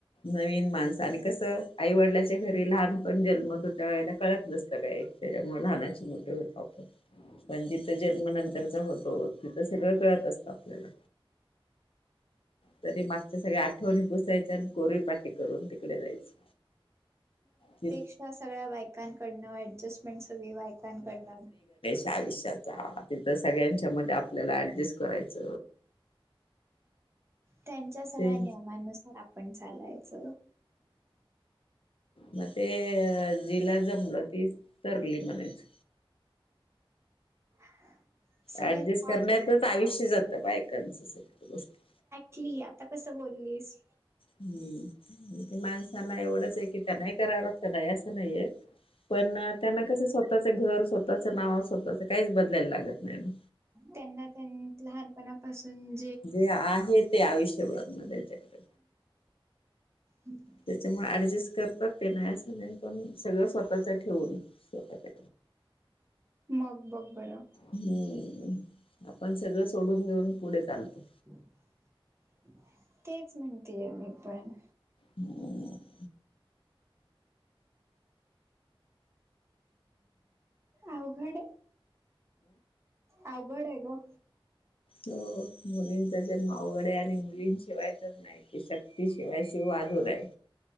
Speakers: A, on the left; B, on the right.
A: नवीन माणसांनी कसं, आईवडिलाच्या घरी लहानपण जन्मत होत त्या वेळेला कळत नसत काय, त्याच्यामुळे लहानाचे मोठे होतो आपण, जिथं जन्म नंतरचा होतो, तिथ सगळ कळत असत आपल्याला. तरी मागच्या सगळ्या आठवणी पुसायच्या अन परी पाटी करून तिकडे जायच की.
B: त्या सगळ्या बायकांकडनं ऍडजस्टमेंट सगळी बायकांकडनं.
A: त्या आयुष्याचा तिथं सगळ्यांच्या मध्ये आपल्याला ऍडजस्ट करायच.
B: त्यांच्या सगळ्या
A: ते
B: नियमानुसार आपण चालायच.
A: मध्ये जिल्हांचा प्रतिस. तरली मानायच.
B: <unintelligible>
A: ऍडजस्ट
B: त्याग
A: करण्यातच आयुष्य जात बायकांच सगळ्या गोष्टीत.
B: क्ली आता कस बोललीस.
A: हम्म ते माणसांना एवढंच आहे कि त्यांना ही कराव लागतं नाही असं नाहीये. पण त्यांना कस स्वतःचं घर स्वतःच नाव स्वतःच काहीच बदलायला लागत नाही ना.
B: त्यांना त्यां लहानपणापासून.
A: जे आहे ते आयुष्यभर ना त्याच्याकड.
B: हम्म.
A: त्याच्यामुळे ऍडजस्ट करतात ते नाही अस नाही पण सगळं स्वतःच ठेवून करतात ते.
B: मग बघ बर.
A: हम्म आपण सगळं सोडून देऊन पुढे चालतो‌.
B: हम्म तेच म्हणते मी पण.
A: हम्म
B: अवघड हे. आवघड आहे ग.
A: हो मुलींचा जन्म अवघड आहे, आणि मुलीं शिवाय तर नाही. शक्ती शिवाय, शिव अधुरा हाय.